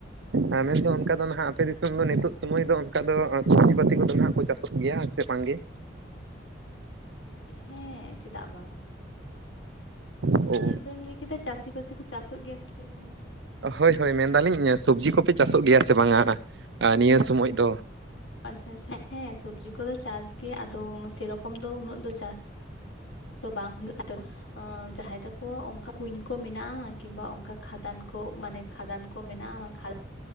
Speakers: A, on the right (about 65°); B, on the left (about 75°).
A: ᱟ ᱢᱮᱱᱫᱚ ᱚᱱᱠᱟ ᱫᱚ ᱱᱟᱦᱟᱜ ᱟᱯᱮ ᱫᱤᱥᱚᱢ ᱫᱚ ᱱᱤᱛᱚᱜ ᱥᱚᱢᱚᱭ ᱫᱚ ᱚᱱᱠᱟ ᱫᱚ ᱚᱸ ᱥᱚᱵᱽᱡᱤ ᱵᱟᱹᱛᱤ ᱠᱚᱫᱚ ᱱᱟᱦᱟᱸᱜ ᱠᱚ ᱪᱟᱥᱚᱜ ᱜᱮᱭᱟ ᱟᱨ ᱥᱮ ᱵᱟᱝ ᱜᱮ?
B: ᱦᱮᱸᱻ, ᱪᱮᱫᱟᱜ ᱵᱟᱝᱟ!
A: ᱚ
B: ᱪᱮᱜ ᱵᱮᱱ ᱞᱟᱹᱭ ᱠᱮᱫᱟ ᱪᱟᱹᱥᱤ-ᱵᱟᱹᱥᱤ ᱠᱚ, ᱪᱟᱥᱚᱜ ᱜᱮᱭᱟ ᱥᱮ ᱪᱮᱜ ᱵᱮᱱ ᱞᱟᱹᱭ ᱠᱮᱫᱟ?
A: ᱦᱳᱭ-ᱦᱳᱭ, ᱢᱮᱱᱫᱟᱞᱤᱧ ᱧᱮ ᱥᱚᱵᱽᱡᱤ ᱠᱚᱯᱮ ᱪᱟᱥᱚᱜ ᱜᱮᱭᱟ ᱥᱮ ᱵᱟᱝᱟ ᱟ ᱱᱤᱭᱟᱹ ᱥᱚᱢᱚᱡ ᱫᱚ?
B: ᱟᱪᱪᱷᱟ-ᱪᱷᱟ, ᱦᱮᱸ, ᱥᱚᱵᱽᱡᱤ ᱠᱚᱫᱚ ᱪᱟᱥ ᱜᱮ ᱟᱫᱚ ᱩᱸ ᱥᱮᱨᱚᱠᱚᱢ ᱫᱚ ᱩᱱᱟᱹᱜ ᱫᱚ ᱪᱟᱥ ᱫᱚ ᱵᱟᱝ ᱦᱩᱭᱩᱜ <inaudible> ᱚᱸ ᱡᱟᱦᱟᱸᱭ ᱛᱟᱠᱚ ᱚᱝᱠᱟ ᱠᱩᱧ ᱠᱚ ᱢᱮᱱᱟᱜᱼᱟ ᱠᱤᱢᱵᱟ ᱚᱝᱠᱟ ᱠᱷᱟᱫᱟᱱ᱾ ᱠᱚᱜ ᱢᱟᱱᱮ ᱠᱷᱟᱫᱟᱱ ᱠᱚ ᱢᱮᱱᱟᱜᱼᱟᱶᱟ᱾